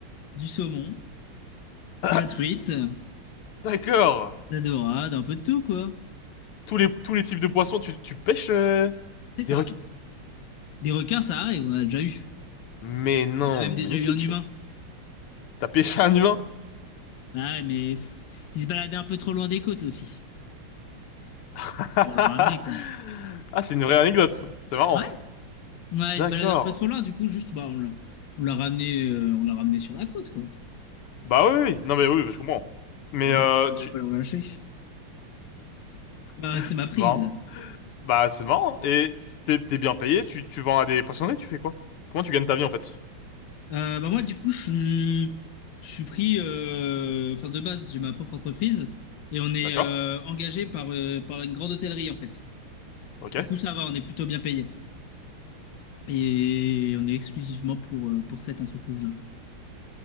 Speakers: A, on the left; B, on the left.
A: du saumon,
B: <coughs>
A: de la truite, de
B: D'accord!
A: la dorade, un peu de tout, quoi.
B: Tous les, tous les types de poissons, tu, tu pêches euh,
A: C'est ça.
B: des requins?
A: Des requins, ça arrive, on a déjà eu.
B: Mais non,
A: On a même
B: mais
A: déjà
B: magnifique!
A: eu un humain.
B: T'as pêché un humain?
A: Bah ouais, mais pff, il se baladait un peu trop loin des côtes aussi.
B: <laughs>
A: On l'a ramené, quoi.
B: Ah, c'est une vraie anecdote, ça. c'est marrant.
A: Ouais, ouais,
B: D'accord.
A: il se baladait un peu trop loin, du coup, juste, bah, on l'a on l'a ramené, euh, on l'a ramené sur la côte, quoi.
B: Bah oui, oui, oui. non mais oui, oui, je comprends. Mais
A: Moi,
B: euh,
A: je vais pas,
B: tu...
A: je vais pas le relâcher. C'est ma,
B: <laughs>
A: c'est ma
B: C'est
A: prise.
B: marrant. Bah, c'est marrant. Et t'es, t'es bien payé, tu, tu vends à des poissonneries, tu fais quoi? Comment tu gagnes ta vie, en fait?
A: Euh, bah moi, du coup, je suis, je suis pris, euh, enfin de base, j'ai ma propre entreprise et on est
B: D'accord.
A: euh, engagé par, euh, par une grande hôtellerie en fait.
B: Ok.
A: Du coup, ça va, on est plutôt bien payé et on est exclusivement pour, euh, pour cette entreprise-là.